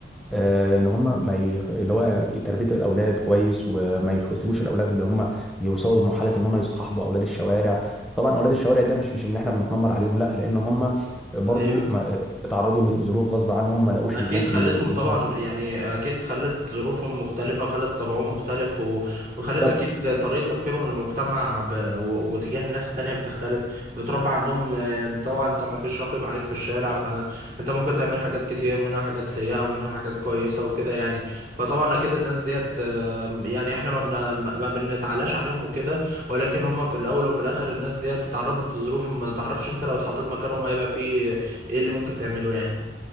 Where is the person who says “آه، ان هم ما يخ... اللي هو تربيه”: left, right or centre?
Centre